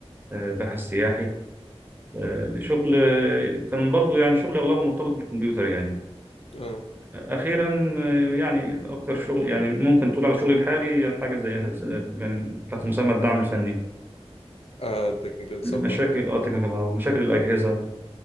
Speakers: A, on the right; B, on the left.
A: آه، باحث سياحي آه، شغل آه، كان برضو يعني شغل أغلبه مرتبط بالكمبيوتر يعني
B: اه
A: آه، أخيرا آه، يعني أكتر شغل يعني ممكن تقول على شغلي الحالي حاجة زي يعني تحت مسمى الدعم الفني
B: اه تكنيكال
A: مشاكل
B: سبورت
A: اه تكنيكال مشاكل الأجهزة